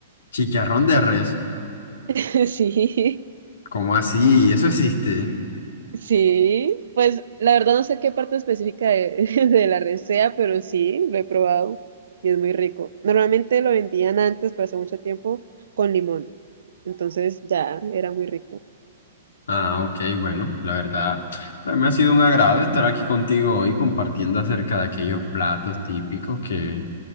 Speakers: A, on the left; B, on the right.
A: chicharrón de res,
B: <laughs> Sí.
A: ¿cómo así? Eso existe.
B: Sí, pues la verdad no sé qué parte específica de, <laughs> de la res sea, pero sí, lo he probado y es muy rico. Normalmente lo vendían antes, pero hace mucho tiempo, con limón. Entonces ya era muy rico.
A: Ah, ok, bueno, la verdad, para mí ha sido un agrado estar aquí contigo hoy compartiendo acerca de aquellos platos típicos que